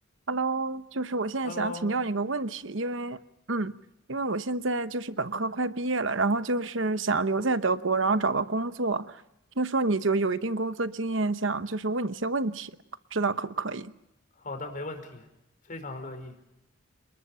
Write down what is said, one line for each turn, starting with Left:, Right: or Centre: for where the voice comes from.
Right: Hello，就是我现在想请教你个问题，
Left: Hello，
Right: 因为，嗯，因为我现在就是本科快毕业了，然后就是想留在德国，然后找个工作。听说你就有一定工作经验，想就是问你一些问题，不知道可不可以？
Left: 好的，没问题，非常乐意。